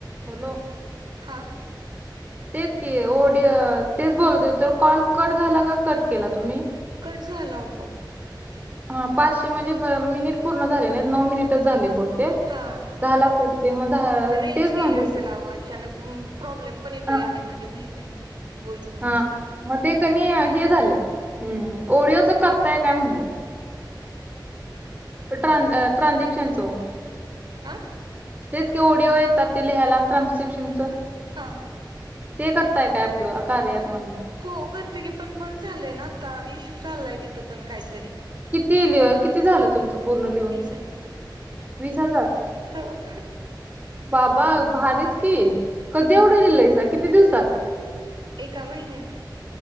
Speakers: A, on the right; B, on the right.
A: Hello.
B: हां.
A: <inaudible> तेच कि ओडीओ तेच बोलत होते तर कॉल कट झाला का कट केला तुम्ही?
B: कट झाला आपो आप.
A: हा पाचशे म्हणजे म मिनिट पूर्ण झाले नाही नऊ मिनिटच झाले ब. ते
B: हा
A: झाला कट ते म झा
B: रेंज
A: तेच म्हणत
B: गेली असेल
A: होते.
B: अहो अचानक म प्रॉब्लेम पण येतोय
A: हा
B: आदीमध्ये माहित आहे ना बोलताना
A: हा.
B: वगैरे.
A: मग ते क नी हे झालं ओडिओचा करताय काय म्हणलं? ट्रां ट्रांझेक्शनच हो.
B: हां.
A: तेच की ओडिओ येतात ते लिहायला ट्रान्स्क्रिपशनचं.
B: हां
A: ते करताय काय आपलं कार्य ऐप मधनं?
B: हो करते की पण बंद झालंय ना आता इशू चाललाय तिथं पण काहीतरी
A: किती लिव किती झालं तुमचं पूर्ण लिहून
B: वीस हजार
A: वीस हजार?
B: हो
A: बाबा भारीच की कधी एवढं लिहिलेसं किती दिवसात?
B: एका महिन्यात